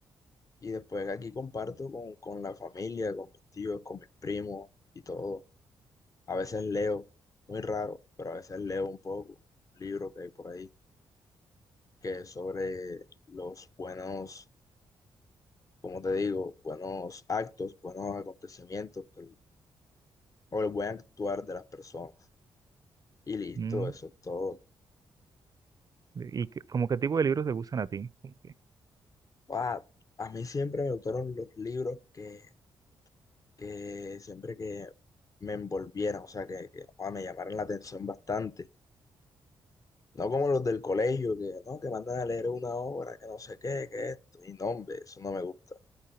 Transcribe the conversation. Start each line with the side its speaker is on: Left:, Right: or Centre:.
Left: y después aquí comparto con, con la familia, con mis tíos, con mis primos y todo. A veces leo, muy raro, pero a veces leo un poco, un libro que hay por ahí, que es sobre los buenos como te digo, buenos actos, buenos acontecimientos pues, o el buen actuar de las personas. Y listo,
Right: Mm,
Left: eso es todo.
Right: ¿Y qué- como qué tipo de libros te gustan a ti? Como que-
Left: Ah, a mí siempre me gustaron los libros que, que siempre que me envolvieran, o sea, que, que, ah, me llamaran la atención bastante. No como los del colegio, que no, que mandan a leer una obra, que no sé qué, que esto. Y no, hombre, eso no me gusta.